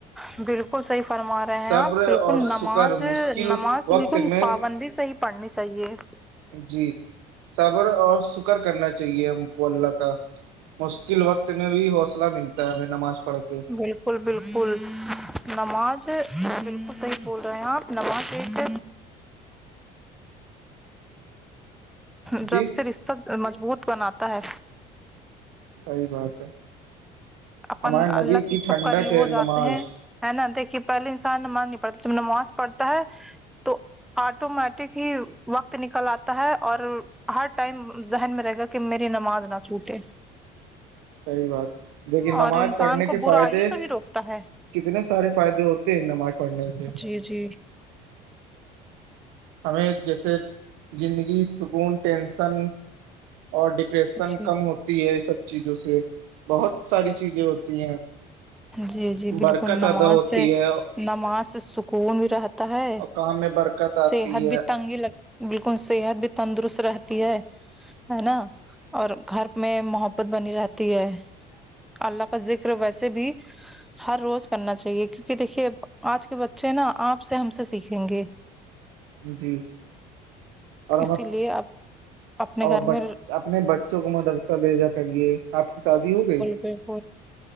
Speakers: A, in the centre; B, on the right.
A: بالکل بالکل صحیح فرما رہے ہیں
B: صبر
A: آپ بالکل
B: اور سکر
A: نماز
B: مشکل
A: نماز
B: وقت
A: بالکل
B: میں
A: پابند بھی صحیح پڑھنی چاہیے
B: جی صابر اور شکر کرنا چاہیے ہم کو اللہ کا مشکل وقت میں بھی حوصلہ ملتا ہے ہمیں نماز پڑھ کے
A: بالکل بالکل نماز بالکل صحیح بول رہے ہیں آپ نماز ایک <unintelligible> ڈب
B: جی
A: سے رشتہ مضبوط بناتا ہے
B: صحیح بات ہے
A: اپن
B: ہمارے
A: اللہ
B: نبی
A: کے
B: کی ٹھنڈک
A: کب قریب
B: کے
A: ہو جاتے
B: نماز
A: ہیں ہے نا دیکھیے پہلے انسان ن مان نہیں پڑتا ت نماز پڑھتا ہے تو آٹومیٹک ہی وقت نکل آتا ہے اور ہر ٹائم ذہن میں رہے گا کہ میری نماز نہ چوٹے
B: صحیح بات لیکن نماز
A: اور انسان
B: پڑھنے کے
A: کو برائیوں
B: فائدے
A: سے بھی روکتا ہے
B: کتنے سارے فائدے ہوتے ہیں نماز پڑھنے سے
A: جی جی
B: ہمیں جیسے زندگی سکون ٹینسن اور ریشن
A: جی
B: کم ہوتی ہے یہ سب چیزوں سے بہت ساری چیزیں ہوتی ہیں
A: جی جی بالکل
B: برکت ادا
A: نماز
B: ہوتی
A: سے
B: ہے
A: نماز سے سکون بھی رہتا ہے
B: کام میں برکت آتی
A: صحت
B: ہے
A: بھی تنگی لگ بالکل صحت بھی تندرست رہتی ہے ہے نا اور گھر میں محبت بنی رہتی ہے اللہ کا ذکر ویسے بھی ہر روز کرنا چاہیے کیونکہ دیکھیے آج کے بچے نا آپ سے ہم سے سیکھیں گے
B: جی اور ہم
A: اسی لیے آپ اپنے
B: اور
A: گھر میں
B: اپنے بچوں کو مدرسہ دے جا کرے آپ کی شادی ہو گئی
A: بک